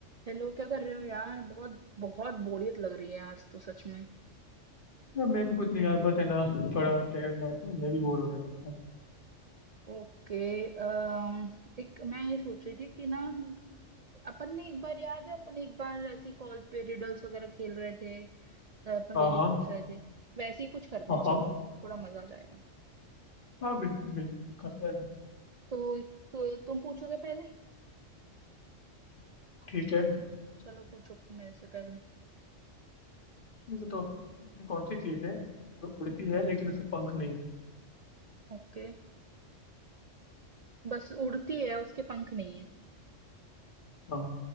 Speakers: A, on the right; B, on the left.
A: Hello क्या कर रहे हो यार बहुत बहुत बोरियत लग रही है आज तो सच में
B: यार मैं भी कुछ नहीं यार बस है ना थोड़ा टहल रहा था मैं भी बोर हो रहा था बताओ
A: ओके अम, एक मैं ये सोच रही थी कि ना अपन ने एक बार याद है अपन एक बार ऐसी कॉल पे रिडल्स वगैरह खेल रहे थे अ, पहेली
B: हाँ हाँ
A: पूछ रहे थे वैसे ही कुछ करते
B: हाँ
A: हैं चलो
B: हाँ
A: थोड़ा मजा आ जाएगा
B: हाँ बिल्कुल बिल्कुल करते हैं
A: तो एक तो तुम पूछोगे पहले
B: ठीक है
A: चलो पूछो फिर मेरे से पहले
B: ठीक है तो ऐसी कौन सी चीज़ है जो उड़ती है लेकिन उसमें पंख नहीं है
A: ओके बस उड़ती है उसके पंख नहीं है
B: हाँ